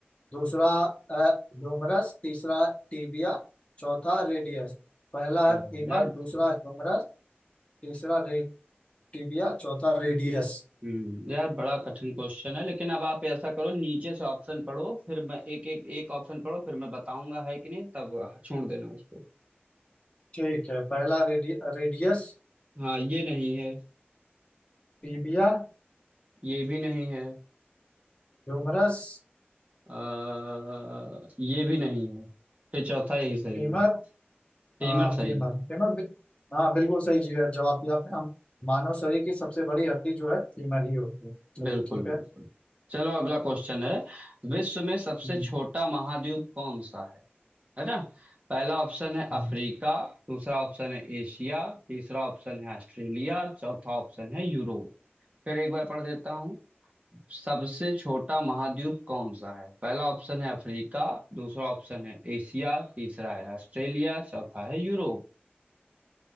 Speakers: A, on the left; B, on the right.
A: दूसरा ह्यूमरस तीसरा टीबिया चौथा रेडियस पहला
B: तो
A: है फीमर
B: यार
A: दूसरा ह्यूमरस तीसरा रे, टीबिया चौथा रेडियस
B: हम्म यार बड़ा कठिन क्वेश्चन है लेकिन अब आप ऐसा करो नीचे से ऑप्शन पढ़ो फिर मैं एक एक एक ऑप्शन पढ़ो फिर मैं बताऊंगा है कि नहीं तब छोड़ देना उसको
A: ठीक है पहला रेडि, रेडियस
B: हाँ ये नहीं है
A: टीबिया
B: ये भी नहीं है
A: ह्यूमरस
B: आ, ये भी नहीं है फिर चौथा यही सही
A: फीमर
B: है फीमर
A: हाँ
B: सही
A: फीमर
B: है
A: फीमर बि- हाँ बिल्कुल सही जी है जवाब दिया आपने हम मानव शरीर की सबसे बड़ी हड्डी जो है फीमर ही होती है चलिए
B: बिल्कुल
A: ठीक
B: बिल्कुल
A: है
B: चलो अगला क्वेश्चन है विश्व में सबसे
A: हम्म,
B: छोटा महाद्वीप कौन सा है है ना पहला ऑप्शन है
A: हम्म।
B: अफ्रीका दूसरा ऑप्शन है एशिया तीसरा ऑप्शन है ऑस्ट्रेलिया चौथा ऑप्शन है यूरोप फिर एक बार पढ़ देता हूँ सबसे छोटा महाद्वीप कौन सा है पहला ऑप्शन है अफ्रीका दूसरा ऑप्शन है एशिया तीसरा है ऑस्ट्रेलिया चौथा है यूरोप